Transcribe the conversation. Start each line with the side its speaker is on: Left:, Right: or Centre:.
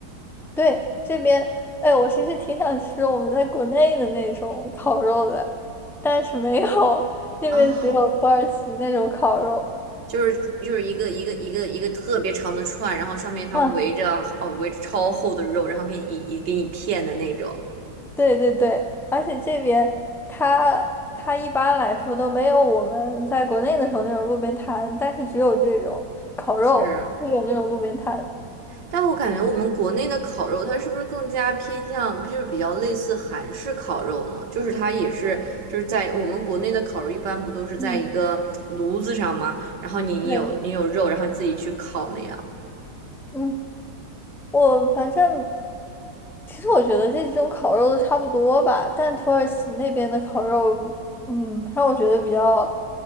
Centre: 对，这边，哎，我其实挺想吃我们在国内的那种烤肉的，但是没有，这边只有土耳其那种烤肉。
Right: 啊？就是就是一个一个一个一个特别长的串，然后上面它围着哦围着超厚的肉，
Centre: 嗯，
Right: 然后给你一给你片的那种。
Centre: 对对对，而且这边它它一般来说都没有我们在国内的时候那种路边摊，但是只有这种烤肉会有那种路边摊。
Right: 是，但我感觉我们国内的烤肉，它是不是更加偏向就是比较类似韩式烤肉呢？就是它也是就是在我们国内的烤肉一般不都是在一个炉子上吗？
Centre: 嗯，
Right: 然后你你有你有肉，
Centre: 对，
Right: 然后你自己去烤那样。
Centre: 嗯，我反正其实我觉得这几种烤肉都差不多吧，但土耳其那边的烤肉，嗯，让我觉得比较